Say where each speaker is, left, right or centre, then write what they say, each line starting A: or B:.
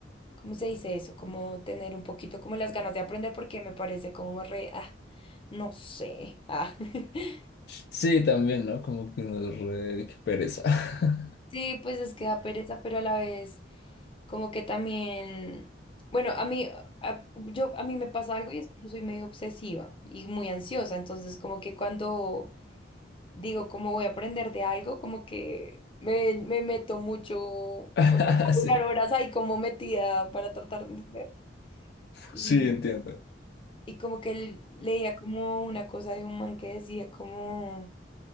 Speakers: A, on the left; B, on the left.
A: ¿cómo se dice eso? Como tener un poquito como las ganas de aprender porque me parece como re, ah, no sé, ah. <laughs>
B: Sí, también, ¿no? Como que uno es re... qué pereza. <laughs>
A: Sí, pues es que da pereza, pero a la vez como que también, bueno, a mí, a, yo, a mí me pasa algo y es que yo soy medio obsesiva y muy ansiosa, entonces como que cuando digo, como voy a aprender de algo, como que me, me meto mucho,
B: <laughs>
A: o sea, puedo
B: Sí,
A: durar horas ahí como metida para tratar de entender. Y,
B: sí, entiendo.
A: y como que le- leía como una cosa de un man que decía como